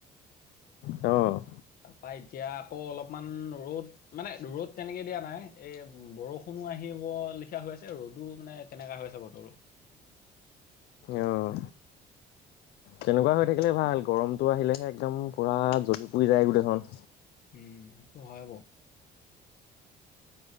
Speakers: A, on the left; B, on the left.
A: অ'
B: তাৰপা এতিয়া আকৌ অলপমান ৰ'দ মানে ৰ'দ তেনেকে দিয়া নাই এ বৰষুণ। আহিব লিখা হৈ আছে আৰু তো মানে তেনেকা হৈ আছে বতৰটো।
A: আহ। তেনেকুৱা হৈ থাকিলে ভাল গৰমতটো আহিলেহে একদম পুৰা জ্বলি পুৰি যায় গোটেইখন।
B: উম হয় বাওঁ।